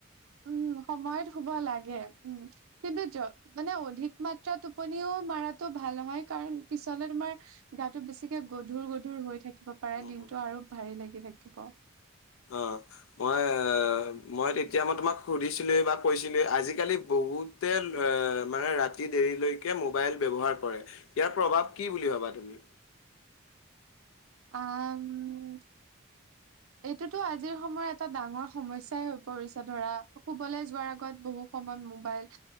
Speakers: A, on the right; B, on the left.
A: উম', সময়ত শুব লাগে উম', কিন্তু য মানে অধিক মাত্ৰা টোপনিও টোপনি মাৰটো ভাল নহয় কাৰণ পিছলে তোমাৰ গাটো বেছিকে গধুৰ গধুৰ হৈ থাকে পোৰা
B: উম,
A: দিনটো আৰু ভাৰী লাগি থাকিব
B: অ', মই অঅঅঅ', মই তেতিয়া মই তোমাক সুধিছিলোঁৱেই বা কৈছিলোঁৱেই আজিকালি বহুতে ল অ', মানে ৰাতি দেৰিলৈকে মোবাইল ব্যৱহাৰ কৰে। ইয়াৰ প্ৰভাৱ কি বুলি ভাবা তুমি?
A: আহম', এইটোতো আজিৰ সময়ত এটা ডাঙৰ সমস্যাই হৈ পৰিছে ধৰা শুবলৈ যোৱাৰ আগত বহুত বহু সময় মোবাইল